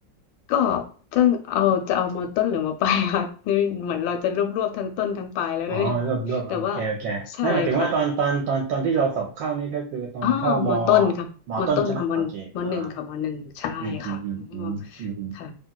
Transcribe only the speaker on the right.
อ๋อรวบรวบโอเคโอเค
ไม่หมายถึงว่าตอนตอนตอนตอนที่เราสอบเข้านี่ก็คือตอนเข้ามอ
มอต้นใช่ไหมโอเคอ๋ออืมอืมอืมอืม